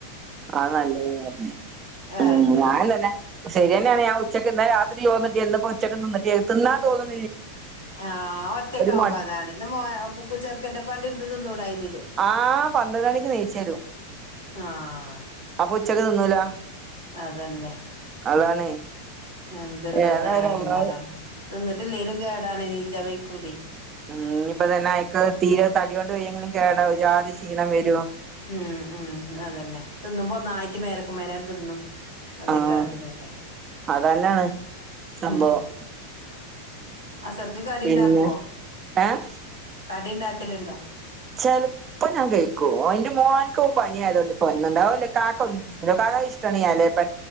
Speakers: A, on the right; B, on the right.
A: അ നല്ലതന്ന് പറഞ്ഞ്
B: ആഹ
A: ഉം
B: അത
A: ഞാൻ തന്നെ ശരിയന്നെയാണ് ആ ഉച്ചയ്ക്ക്ന്നാ രാത്രി തോന്നിട്ട് എന്നന്ന്പ്പോ ഉച്ചക്ക് തിന്നണ്ടിരു തിന്നാ തോന്നി
B: ആഹ് ഒറ്റക്കാവുമ്പോ
A: മട്
B: അതാണ് ന്നാ ചെർക്കന്റെപ്പണ്ടിര്ന്ന് തിന്നുടായിരുന്നോ
A: ആഹ പന്ത്രണ്ട് മണിക്ക് നിയ്ച്ചരും
B: ആഹ്
A: അപ്പൊ ഉച്ചക്ക് തിന്നൂല
B: അതന്നെ
A: അതാണ്
B: എന്തൊരുതാണ്
A: ഏതായാലും അള്ളാഹ്
B: ഇങ്ങനെ തിന്നിട്ടില്ലെലും കേടാണ് നീച്ചാ വക്കൂല
A: ഉ ഇപ്പ തന്നെ അയക്ക് തീരെ തടികൊണ്ട് വയ്യെങ്കിലും കേടാവ ജാതി ക്ഷീണം വരും
B: ഉം ഉം അതന്നെ തിന്നുമ്പോ ഒന്നായിറ്റ മേലക്ക മേലൻ തിന്നും അതേയ്കാരം
A: ആഹ്
B: പിന്നെ ഉണ്ട
A: അതന്നാണ് സംഭവം
B: ഉ അസർക്ക് കടി
A: പിന്നെ
B: ഉണ്ടാക്കുവോ
A: ഏഹ്
B: കടി ഉണ്ടാക്കലുണ്ടോ
A: ചെലപ്പോ ഞാൻ കഴിക്കൂ അതിന്റെ മോ എനക്ക് പനിയ ആയതോൊണ്ട് പൊന്നണ്ടാവുംല്ലെ കാക്ക ഒല്ല കാക്ക ഇഷ്ടണല്ലേ പ